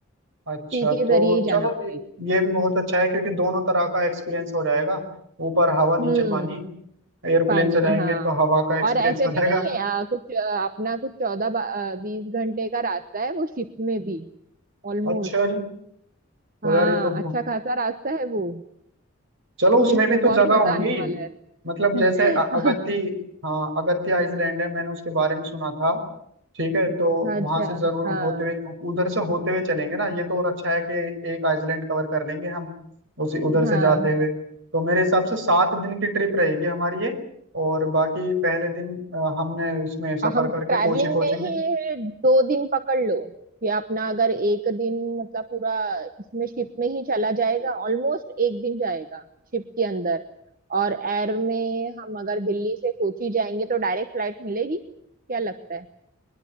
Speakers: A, on the right; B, on the right.
A: अच्छा
B: सी के
A: तो
B: जरिए ही जाना
A: चलो
B: पड़ेगा
A: ये ये भी बहुत अच्छा है क्योंकि दोनों तरह का एक्सपीरियंस हो जाएगा ऊपर हवा नीचे
B: हम्म
A: पानी एयरप्लेन
B: पानी
A: से जाएंगे
B: हाँ
A: तो हवा का एक्सपीरियंस
B: और ऐसे
A: हो
B: भी
A: जाएगा
B: नहीं है अ, कुछ अ, अपना कुछ चौदह बीस घंटे का रास्ता है वो शिप में भी ऑलमोस्ट
A: अच्छा जी तो
B: हाँ
A: यार ये तो
B: अच्छा खासा रास्ता है वो
A: चलो उसमें
B: शिप
A: भी
B: में
A: तो
B: बहुत
A: जगह
B: मजा
A: होंगी
B: आने वाला
A: मतलब जैसे
B: है
A: अ-
B: <laughs>
A: अगत्ती हाँ अगत्ती आइलैंड है मैंने उसके बारे में सुना था ठीक है तो
B: अच्छा
A: वहां से जरूर
B: हाँ
A: होते हुए उधर से होते हुए चलेंगे ना ये तो और अच्छा है कि एक आइलैंड कवर कर लेंगे हम उसी उधर
B: हाँ
A: से जाते
B: हाँ
A: हुए तो मेरे हिसाब से सात दिन की ट्रिप रहेगी हमारी ये और बाकी पहले दिन अ, हमने उसमें सफर
B: और हम
A: करके
B: ट्रैवलिंग
A: कोची पहुंचेंगे
B: में ही दो दिन पकड़ लो कि अपना अगर एक दिन मतलब पूरा इसमें शिप में ही चला जाएगा ऑलमोस्ट एक दिन जाएगा शिप के अंदर और एयर में हम अगर दिल्ली से कोची जाएंगे तो डायरेक्ट फ्लाइट मिलेगी क्या लगता है